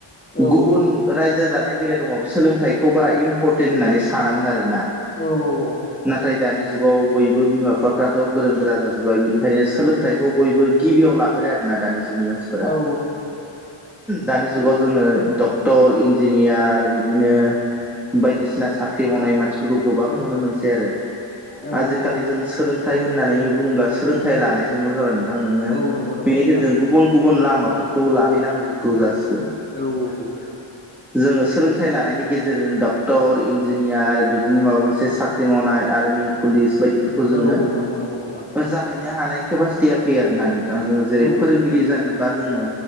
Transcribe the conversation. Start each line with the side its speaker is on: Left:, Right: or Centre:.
Left: औ
Centre: गुबुन‌ रायजो जानायनि बेलायाव दंबाबो सोलोंथाइखौ बारा इम्परटेन्ट होननानै सानामोन आर ना
Left: औ औ
Centre: नाथाय दानि जुगाव बयबो बिमा बिफाफ्राथ' गोरों गोरा जाजोब्बाय बेनिखायनो सोलोंथाइ बेखौ बयबो गिबियाव लाग्रो आरो ना दानि जुगनि मानसिफोरा
Left: औ
Centre: दानि जुगाव जोङो डक्टर इन्जिनियार इदिनो बायदिसिना साख्रि मावनाय मानसिफोरखौ गोबां नुनो मोनसै आरो
Left: औ
Centre: आजिखालि
Left: औ
Centre: जों सोलोंथाइ होननानै बुङोब्ला सोलोंथाइ लानायजोंल' ज नोङो
Left: औ नंगौ नंगौ
Centre: बेनिखेजेरजों
Left: नोंथां
Centre: गुबुन गुबुन लामाफोरखौ लाहैनांगौ जासिगौ
Left: औ औ।
Centre: जोङो सोलोंथाइ लानायनि गेजेरजों डक्टर इन्जिनियार बिदिनो माबा मोनसे साख्रि मावनाय आर्मि पुलिस बायदिफोरखौ जोङो
Left: औ औ नंगौ नंगौ नोंथां
Centre: जाहैनो हानाय केपासिटिया फैयो आरोोना नोंथां जोङो जेरै
Left: औ
Centre: फोरोंगिरि जानोबा जोङो